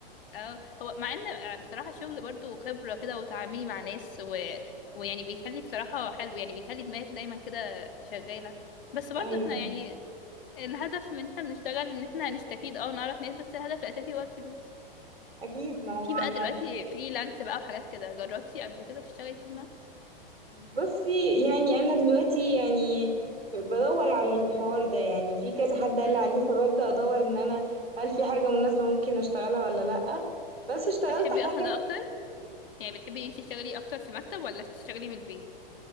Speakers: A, on the left; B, on the right.
A: اه هو مع ان بصراحة الشغل برضو خبرة كده وتعاملي مع ناس و... ويعني بيخلي بصراحة حلو يعني بيخلي دماغك دايما كده شغالة بس برضو
B: <laughs> ايوه
A: احنا يعني الهدف من ان احنا بنشتغل ان احنا نستفيد اه ونعرف ناس بس الهدف الاساسي هو الفلوس
B: اكيد ما هو
A: في
B: انا
A: بقى دلوقتي فريلانس بقى وحاجات كده جربتي قبل كده تشتغلي فريلانس
B: بصي يعني انا دلوقتي يعني ف- بدور على الحوار ده يعني في كذا حد قال
A: امم
B: لي عليه فببدأ ادور ان انا هل في حاجة مناسبة ممكن اشتغلها ولا لأ بس اشتغلت
A: بتحبي
B: حاجة
A: اصلا ده اكتر يعني بتحبي ان انتي تشتغلي اكتر في مكتب ولا تشتغلي من البيت